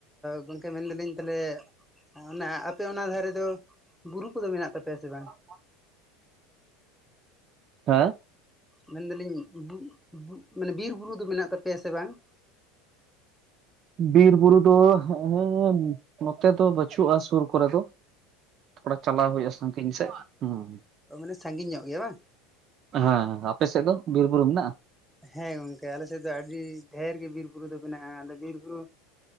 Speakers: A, in the centre; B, on the right.
A: ᱜᱚᱝᱠᱮ ᱢᱮᱱᱫᱟᱞᱤᱧ ᱛᱟᱦᱚᱞᱮ ᱚᱱᱟ ᱟᱯᱮ ᱚᱱᱟ ᱫᱷᱟᱨᱮ ᱫᱚ ᱵᱩᱨᱩ ᱠᱚᱫᱚ ᱢᱮᱱᱟᱜ ᱛᱟᱯᱮᱭᱟ ᱥᱮ ᱵᱟᱝ?
B: <unintelligible> ᱦᱮᱸ
A: ᱢᱮᱱᱫᱟᱞᱤᱧ ᱵᱩᱜ ᱢᱟᱱᱮ ᱵᱤᱨ ᱵᱩᱨᱩ ᱫᱚ ᱢᱮᱱᱟᱜ ᱛᱟᱯᱮᱭᱟ ᱥᱮ ᱵᱟᱝ?
B: ᱵᱤᱨ ᱵᱩᱨᱩ ᱫᱚ ᱦᱮᱸ ᱩᱸ ᱱᱚᱛᱮ ᱫᱚ ᱵᱟᱹᱪᱩᱜᱼᱟ ᱥᱩᱨ ᱠᱚᱨᱮ ᱫᱚ ᱛᱷᱚᱲᱟ ᱪᱟᱞᱟᱣ ᱦᱩᱭᱩᱜᱼᱟ ᱥᱟᱺᱜᱤᱧ ᱥᱮᱫ ᱦᱩᱸ
A: ᱚ ᱢᱟᱱᱮ ᱥᱟᱺᱜᱤᱧ ᱧᱚᱜ ᱜᱮᱭᱟ ᱵᱟᱝ
B: ᱦᱮᱸ ᱟᱯᱮ ᱥᱮᱫ ᱫᱚ ᱵᱤᱨ ᱵᱩᱨᱩ ᱢᱮᱱᱟᱜᱼᱟ?
A: ᱦᱮᱸ ᱜᱚᱝᱠᱮ ᱟᱞᱮ ᱥᱮᱫ ᱫᱚ ᱟᱹᱰᱤ ᱰᱷᱮᱨ ᱜᱮ ᱵᱤᱨ ᱵᱩᱨᱩ ᱫᱚ ᱢᱮᱱᱟᱜᱼᱟ ᱟᱫᱚ ᱵᱤᱨ ᱵᱩᱨᱩ